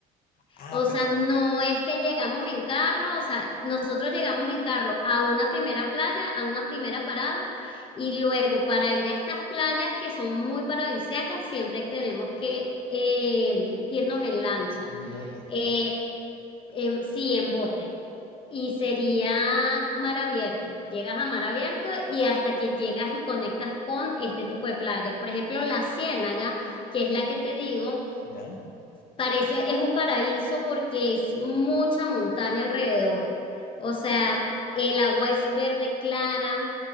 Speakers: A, on the left (about 70°); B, on the left (about 35°).
A: Ah,
B: O
A: pero
B: sea, no es que llegamos en carro, o sea, nosotros llegamos en carro a una primera playa, a una primera parada, y luego para ir a estas playas que son muy paradisíacas, siempre tenemos que eh, irnos en lancha,
A: un bote.
B: Eh, en- sí, en bote. Y sería mar abierto. Llegas a mar abierto y hasta que llegas y conectas con este tipo de playas. Por ejemplo, la Ciénaga, que es la que te digo.
A: Ya,
B: Parece, es un paraíso porque es mucha montaña alrededor. O sea, el agua es verde clara,